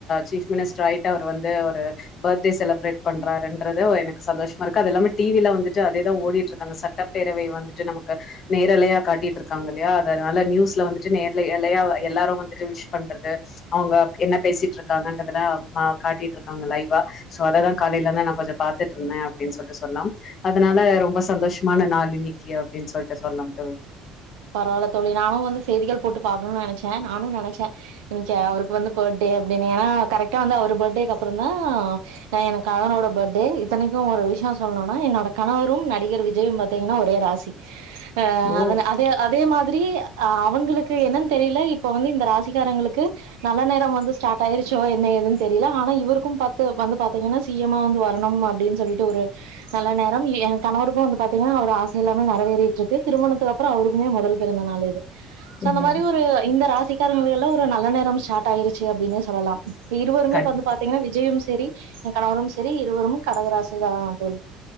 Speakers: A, on the left (about 45°); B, on the right (about 65°).
A: சீப் மினிஸ்டர் ஆயிட்டு அவர் வந்து ஒரு பர்த்டே செலிப்ரேட் பண்றான்றது எனக்கு சந்தோஷ் மா இருக்கு அதுல்லாம டி வி ல வந்துட்டு அதேதா ஓடிட்ருக்கு அந்த சட்டப்பேரவை வந்துட்டு நமக்கு நேரலையா காட்டிட்ருக்காங்கல்லயா அதனால நியூஸ்ல வந்துட்டு நேர்ல எலயா எல்லாரு வந்துட்டு விஷ் பண்றது அவுங்க என்ன பேசிட்ருக்காங்கன்றதல்லாஅ காட்டிட்ருக்காங்க லைவா சோ அததா காலைலெந்து நா கொஞ்சொ பாத்துட்ருந்தே அப்டின் சொல்ட்டு சொல்லாம் அதுனால ரொம்ப சந்தோஷமான நாள் இன்னக்கி அப்டின் சொல்ட்டு சொல்லாம் தோழி
B: பரவால்ல தோழி நானு வந்து செய்திகள் போட்டு பாக்கனு நெனச்சே நானு நெனச்சே இன்னைக்கு அவருக்கு வந்து பர்டே அப்டின்னு ஏனா கரெக்டா வந்து அவர் பர்டேக்கு அப்புறந்தா எனக் கணவனோட பர்டே இத்தனைக்கு ஒரு விஷ்யொ சொல்னுனா என்னோட கணவரும் நடிகர் விஜயும் பாத்தீங்கனா ஒரே ராசி ஆ
A: ஓ
B: அதன அதே அதே மாதிரி அ அவுங்களுக்கு என்னன் தெரில இப்ப வந்து இந்த ராசிக்காரங்களுக்கு நல்ல நேரம் வந்து ஸ்டார்ட் ஆயிருச்சோ என்ன ஏதுன் தெரில ஆனா இவருக்கும் பத்து வந்து பாத்தீங்கனா சி எம்‌ மா வந்து வரனும் அப்டின் சொல்ட்டு ஒரு நல்ல நேரம் எ கணவருக்கு வந்து பாத்தீங்கனா அவர் ஆசை எல்லாமே நெறவேறிட்ருக்கு திருமணத்துக்கப்றொ முமே மொதல் பிறந்த நாள் இது சோ
A: ம்
B: அந்த மாரி ஒரு இந்த ராசி க்காரங்களுக்கெல்லா ஒரு நேரம் ஸ்டாட் ஆயிருச்சு அப்டின்னு சொல்லலாம் இருவருமே
A: கண்டிப்பா
B: வந்து பாத்தீங்கனா விஜயும் சேரி எ கணவரும் செரி இருவரும் கடகராசிதா தோழி